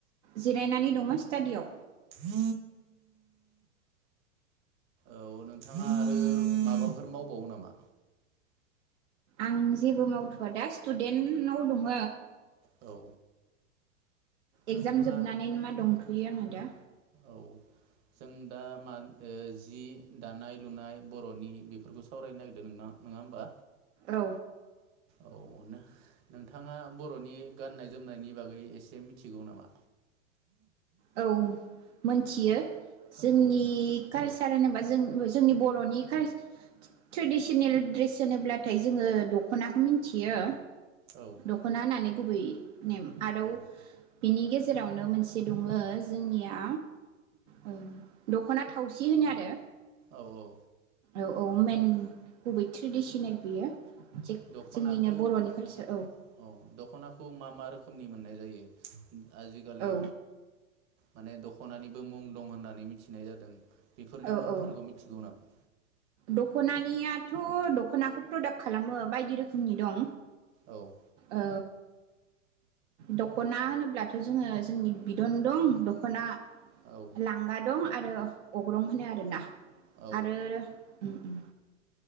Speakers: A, on the right (about 60°); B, on the right (about 40°).
A: जिरायनानै दङ स्टाडिआव
B: औ औ नोंथाङा आरो माबाफोर मावबावो नामा
A: आं जेबो मावथव दा स्टुदेन्टाव दङ
B: औ
A: एक्जाम
B: नोंथाङा
A: जोबनानैनो मा दं बेयो आंङो दा
B: औ जों दा मानि जि दानाय लुनाय बरनि बेफोरखौ सावरायनो नागिरदों नङा होमबा
A: औ
B: औ नोंथाङा बरनि गाननाय जोमनायनि बागै एसे मिथिगौ नामा
A: औ मोनथियो जोंनि
B: औ
A: कालस थार होनोबा जों जोंनि बरनि काल ट्रेडिसनेल ड्रेस सोनोब्लाथाय जोंङो दखनाखौ मिथियो
B: औ
A: दखना होननानै गुबै ने आरोव
B: औ
A: बिनि गेजेरावनो मोनसे दंङो जोंनिया ओ दखना थावसि थि होनो आरो
B: औ औ
A: औ औ मेन बबे ट्रेडिसनेल बियो थिग
B: दखनाखौ
A: जोंनिनो बर'नि कालसार
B: औ दखनाखौ मा मा रोखोमनि मोननाय जायो आजिखालि
A: औ
B: माने दख- खनानिबो मुं दं होननानै मिथिनाय जादों बेफोरनि
A: औ
B: मुंफोरखौ
A: औ
B: मिथिगौ नामा
A: दखनानियाथ दखनाखौ प्रदाक खालामो बायदि रोखोमनि दं
B: औ
A: औ दखना होनोब्लाथ जोंङो जोंनि बिदन दं दखना
B: औ
A: लांगा दं आरो अग्रं होनो आरोना
B: औ
A: आरो उम उम